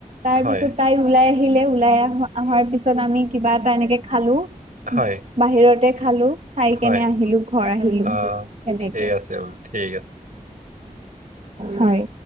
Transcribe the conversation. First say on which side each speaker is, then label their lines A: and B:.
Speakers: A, on the right; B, on the right.
A: তাৰপিছত
B: হয়
A: তাই ওলাই আহিলে ওলাই আহা অহাৰ পিছত আমি কিবা এটা এনেকে খালো।
B: হয়
A: বাহিৰতে খা খালোঁ। খাই
B: হয়
A: কেনে আহিলো, ঘৰ আহিলো
B: আহ
A: তেনেকে।
B: ঠিক আছে বাৰু ঠিক আছে।
A: হয়।